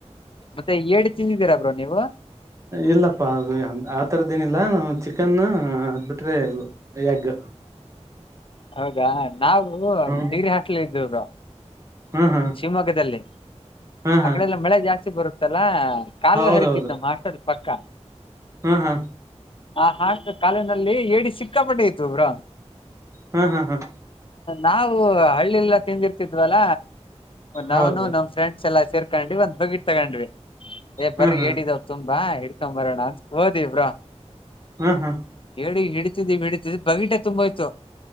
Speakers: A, on the left; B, on the right.
A: ಮತ್ತೆ ಏಡ್ ತಿಂದಿದ್ದೀರಾ ಬ್ರರು ನೀವು
B: ಇಲ್ಲಪ್ಪಾ ಹಾಗು ಆ ತರದ್ದೇನಿಲ್ಲಾ ನಾವು ಚಿಕ್ಕ ಚಿಕನ್ ಅ್ ಬಿಿಟ್ರೆ ಯಗ್
A: ಹೌದಾ ನಾವು
B: ಹ್ಮ್
A: ಡಿಗ್ರಿ ಹಾಕ್ಲ ಇದವರು
B: ಹ್ಮ್ ಹ್ಮ್
A: ಶಿವಮೊಗ್ಗದಲ್ಲಿ
B: ಹ್ಮ್ ಹ್ಮ್
A: ಆ ಕಡೆಲ್ಲ ಮಳೆ ಜಾಸ್ತಿ ಬರುತ್ತಲ್ಲ ಕಾಲ್ಗೆ
B: ಹೌದೌದು
A: ಹರಿತಿತ್ತು ನ ಮಾಸ್ಟರ್ ಪಕ್ಕ
B: ಹ್ಮ್ ಹ್ಮ
A: ಹ ಹಾತ ಕಾಲಿನಲ್ಲಿ ಏಡಿ ಸಿಕ್ಕಾಪಟ್ಟೆ ಇತ್ತು್ರ
B: ಹ್ಮ್ ಹ್ಮ್ ಹ್ಮ್
A: ನಾವು ಹಳ್ಳಿಲ್ಲಾ ತಿಂದಿರ್ತಿದ್ವಲ್ಲ ನಾವನು
B: ಹೌದು
A: ನಮ್ ಫ್ರೆಂಡ್ಸ್ ಎಲ್ಲ ಸೇರ್ಕೊಂಡ್ವಿ ಒಂದ್ ಬಗಿಟ್ ತಗೊಂಡ್ವಿ ಏ ಬರ್ರರಿ
B: ಹ್ಮ್ ಹ್ಮ್
A: ಹೇಳಿದಾವ್ ತುಂಬಾ ಚಕ್ಕ ಮರಣ ಅಂತ ಹೋದಿ ಇವ್ರಾ
B: ಹ್ಮ್ ಹ್ಮ್
A: ಹೇಳಿ ಹಿಡಿತಿದಿ ಹಿಡಿತಿದ್ ಬಗೀಟ ತುಂಬ ಆಯ್ತು